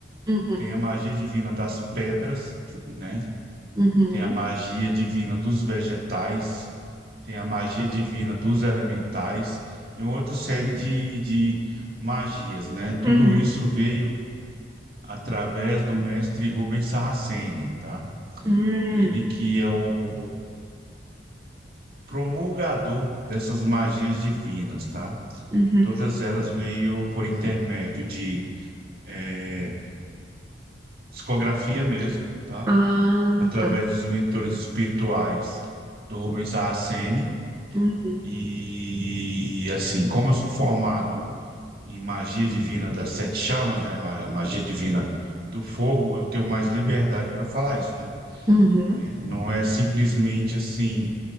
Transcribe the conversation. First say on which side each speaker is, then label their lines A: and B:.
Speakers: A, on the right; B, on the right.
A: Uhum.
B: Tem a magia divina das pedras, né?
A: Uhum.
B: Tem a magia divina dos vegetais. tem a magia divina dos elementais e uma outra série de, de magias, né? Tudo
A: Uhum.
B: isso veio através do mestre Rubens Saraceni, tá?
A: Uhum.
B: Ele que é o, o promulgador dessas magias divinas, tá?
A: Uhum.
B: Todas elas veio por intermédio de eh, psicografia mesmo, tá?
A: Ah,
B: Através
A: tá.
B: dos mentores espirituais do Rubens Saraceni.
A: Uhum.
B: E assim, como eu sou formado em magia divina das sete chamas, né? ma- A magia divina do fogo, eu tenho mais liberdade para falar isso, né?
A: Uhum.
B: É, Não é simplesmente assim